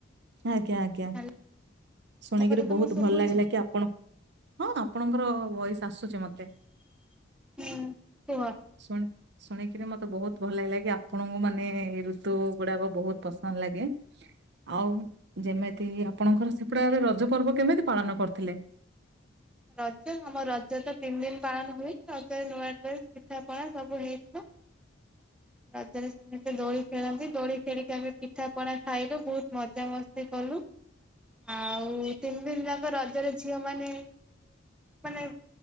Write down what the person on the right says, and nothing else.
ଆଜ୍ଞା ଆଜ୍ଞା
ଶୁଣିକରି
ବହୁତ
ଭଲ ଲାଗିଲା କି ଆପଣ ହଁ। ଆପଣଙ୍କର ଭଏସ ଆସୁଛି ମତେ
ଶୁଣି ଶୁଣିକିରି ମତେ ବହୁତ ଭଲ ଲାଗିଲା କି ଆପଣଙ୍କୁ ମାନେ ଏ ଋତୁ ଗୁଡ଼ାକ ବହୁତ ପସନ୍ଦ ଲାଗେ। ଆଉ ଯେମିତି ଆପଣଙ୍କର ସେପଟ ଆଡ଼େ ରଜ ପର୍ବ କେମିତି ପାଳନ କରୁଥିଲେ?